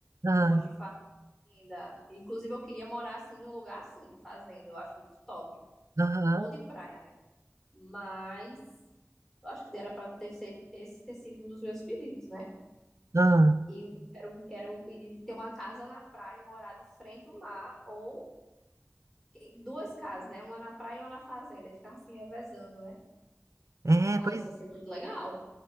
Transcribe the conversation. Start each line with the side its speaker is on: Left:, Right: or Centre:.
Right: Ah,
Centre: Eu gosto de fazenda. Inclusive, eu queria morar assim num lugar assim de fazenda, eu acho muito top.
Right: aham,
Centre: Ou de praia, né? Mas eu acho que dera para ter sido, esse ter sido um dos meus pedidos, né?
Right: ah.
Centre: E eu quero, quero um pedido de ter uma casa na praia e morar de frente ao mar, ou E Duas casas, né? Uma na praia e uma na fazenda. E ficava se revezando, né?
Right: É,
Centre: Nossa,
Right: pois
Centre: ia ser muito legal.